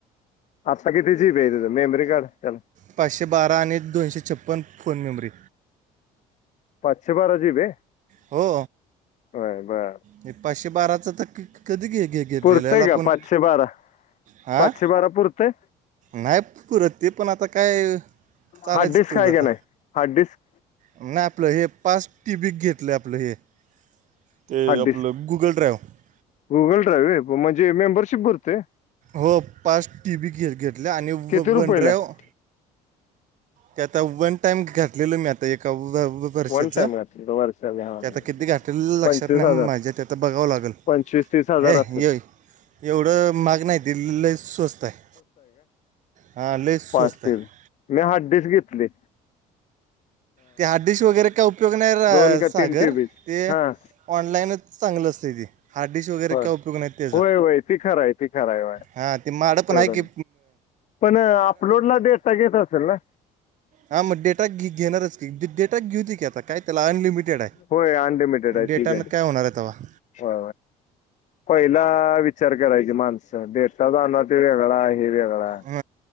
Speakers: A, on the left; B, on the right.
A: आत्ता किती जीबी आहे तं मेमरी कार्ड चला.
B: पाचशे बारा आणि दोनशे छप्पन्न फोन मेमरी.
A: पाचशे बारा जिबी आहे
B: हो
A: बरं बरं.
B: हे पाचशे बाराचं तर क- कधी घे घे घेतलेलं
A: पुरतय
B: याला
A: का
B: पण
A: पाचशे बारा,
B: हां
A: पाचशे बारा पुुरतय.
B: नाही पुरत ते पण आता काय चालायचं
A: हार्ड डिस्क
B: तेवढं
A: आहे
B: आता
A: काय नाय हार्ड डिस्क.
B: नाही आपलं हे पाच टीबीक घेतलं आपलं हे ते.
A: हार्ड
B: आपलं गुगल ड्राईव्ह
A: गुगल ड्रायव्ह आहे म्हणजे मेंबरशिप करतोय.
B: हो पाच टीबी घ घेतल्या आणि व
A: किती रुपयाला
B: वन ड्रायव्ह.
A: आहे
B: त्याता वन टाइम घट लं मी आता एकाव्याव वर्षाच
A: वन टाइम घातली वर्षाला हां
B: ते आता किती गाठलेल लक्षात
A: पंचवीस
B: नाही
A: हजार
B: माझ्या. ते तर बघावं लागेल
A: पंचवीस तीस हजार
B: हे
A: असेल
B: येई एवढं माग नाही दिलेलं स्वस्त आहे. हां लय स्वस्त
A: पाचशे
B: आहे
A: मी हार्ड डिस्क घेतलय.
B: ते हा डिश वगैरे का उपयोग नाही
A: दोन का
B: सागर
A: तीन टी बी
B: ते.
A: हां
B: ऑनलाईनच चांगलं असते ते. हा डिश वगैरे
A: बर
B: काय उपयोग नाहीत त्याचा.
A: होय होय ती खरं आहे ती खरं आहे होय
B: हा ते माझ्याकड पण
A: एवढं
B: आहे की.
A: नाही. पण अपलोड ला डेटा घेत असेल ना?
B: हा मग डेटा घ घेणारच की डेटा घेऊदे की आता काय. त्याला अनलिमिटेड
A: होय अनलिमिटेड आहे
B: डेटानं
A: ती ब.
B: काय होणार आहे तेव्हा
A: हो पहिला विचार करायचे माण अच्छा डेट जाणार ते वेगळा हे वेगळा.
B: हं,